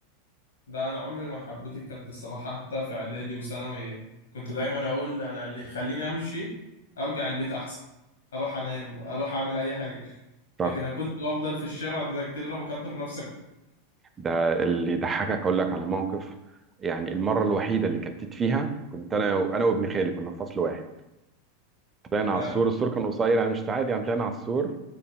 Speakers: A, on the left; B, on the right.
A: ده انا عمري ما حبيت الكت الصراحة حتى في اعدادي وثانوي كنت دايما اقول انا اللي يخليني امشي ارجع البيت احسن اروح انام اروح اعمل اي حاجة <laughs>
B: صح
A: لكن انا كنت بفضل في الشارع ده كده انا بقدر نفسك
B: ده اللي يضحكك اقول لك على موقف يعني المره الوحيده اللي كتت فيها كنت انا انا وابن خالي كنا في فصل واحد طلعنا على
A: اه
B: السور السور كان قصير يعني مش عادي يعني طلعنا على السور